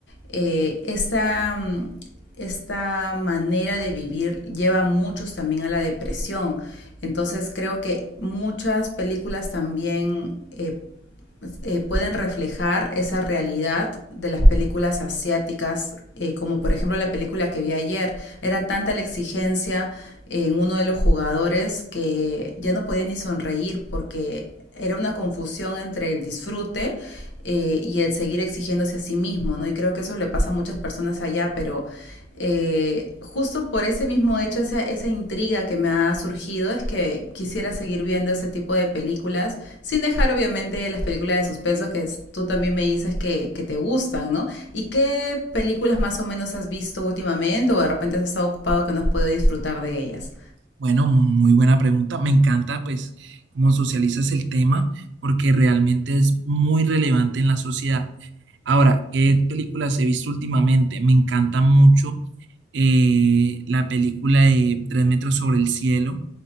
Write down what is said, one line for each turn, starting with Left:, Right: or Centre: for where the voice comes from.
Left: eh, esta, mm, esta manera de vivir lleva a muchos también a la depresión. Entonces creo que muchas películas también eh, pues, eh, pueden reflejar esa realidad de las películas asiáticas, eh, como por ejemplo la película que vi ayer. Era tanta la exigencia en uno de los jugadores que ya no podía ni sonreír porque era una confusión entre el disfrute eh, y el seguir exigiéndose a sí mismo, ¿no? Y creo que eso le pasa a muchas personas allá, pero eh, justo por ese mismo hecho, esa, esa intriga que me ha surgido es que quisiera seguir viendo ese tipo de películas, sin dejar obviamente las películas de suspenso que es- tú también me dices que, que te gustan, ¿no? ¿Y qué películas más o menos has visto últimamente o de repente has estado ocupado que no has podido disfrutar de ellas?
Right: Bueno, muy buena pregunta. Me encanta, pues, cómo socializas el tema, porque realmente es muy relevante en la sociedad. Ahora, ¿qué películas he visto últimamente? Me encanta mucho eh, la película de Tres metros sobre el cielo.